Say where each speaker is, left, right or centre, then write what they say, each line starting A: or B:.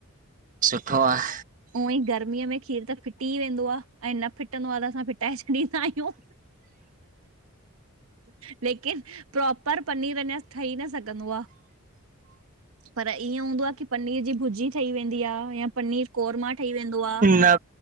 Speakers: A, on the right; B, on the right.
A: सुठो आहे।
B: ऊअं ई गर्मीअ में खीर त फिटी ई वेंदो आ। ऐं न फिटंदो आहे त, असां फिटाए छॾींदा आहियूं। लेकिन प्रोपर पनीर अञा ठही न सघ घंदो आ, पर ईअं हूंदो आ कि पनीर जी भुजी ठही वें दी आ या पनीर कोरमा ठही वेंदो आहे
A: न,